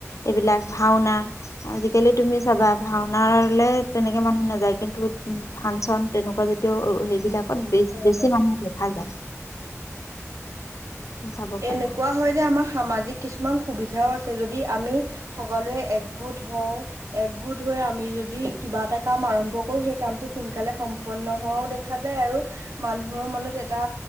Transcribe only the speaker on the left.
এইবিলাক ভাওনা আজিকালি তুমি চাবা ভাওনলে তেনেকে মানুহ নাযায় কিন্তু ফাংচন তেনেকুৱা জাতীয় সেইবিলাকত ব
বেছি
মানুহ দেখা যায়। তুমি চাব
পাৰা